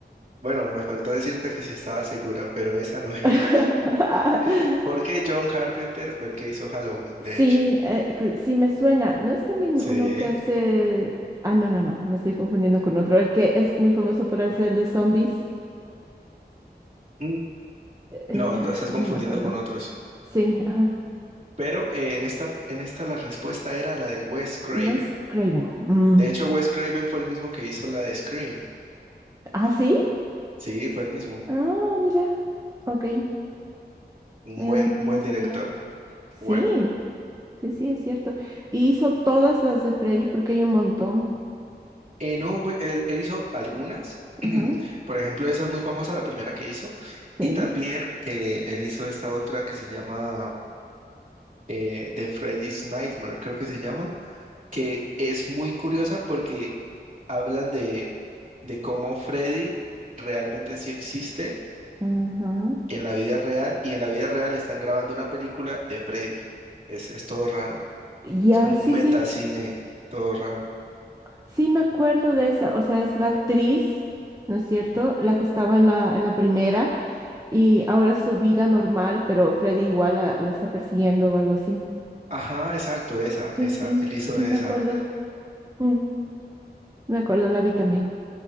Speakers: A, on the right; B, on the right.
A: Bueno, me faltó decirte que sí estaba segura, pero esa no era.
B: <laughs>
A: <laughs> Porque John Carpenter fue el que hizo Halloween,
B: Sí,
A: de hecho.
B: eh, cl- sí me suena. ¿No es también
A: Sí.
B: uno que hace... Ah, no, no, no, me estoy confundiendo con otro. El que es muy famoso por hacer de zombies.
A: Mm,
B: Eh,
A: No, lo estás
B: ay,
A: confundiendo
B: no me acuerdo.
A: con otro, sí.
B: Sí, ajá.
A: Pero eh, en esta, en esta la respuesta era la de Wes Craven.
B: Wes Craven. Mm,
A: De hecho, Wes Craven fue el mismo que hizo la de Scream.
B: ¿Ah, sí?
A: Sí, fue el mismo.
B: Ah, mira. Ok. Eh,
A: Un
B: no,
A: buen,
B: no
A: buen
B: lo sabía.
A: director.
B: Sí,
A: Bueno.
B: sí, sí, es cierto. Y hizo todas las de Freddy porque hay un montón.
A: Eh, no, bu- él, él hizo algunas. <clears throat>
B: Ajá.
A: Por ejemplo, esa es muy famosa, la primera que hizo.
B: Sí.
A: Y también eh, él hizo esta otra que se llama eh, de Freddy's Nightmare, creo que se llama, que es muy curiosa porque hablan de, de cómo Freddy realmente sí existe
B: Ujú.
A: en la vida real y en la vida real están grabando una película de Freddy. Es, es todo raro.
B: Ya,
A: Es como
B: sí,
A: un metacine,
B: sí,
A: todo raro.
B: sí me acuerdo de esa, o sea, es la actriz, ¿no es cierto? La que estaba en la, en la primera y ahora es su vida normal, pero Freddy igual la, la está persiguiendo o algo así.
A: Ajá, exacto, esa,
B: Sí,
A: esa,
B: sí,
A: él hizo
B: sí,
A: esa.
B: me acuerdo. Mm, me acuerdo, la vi también.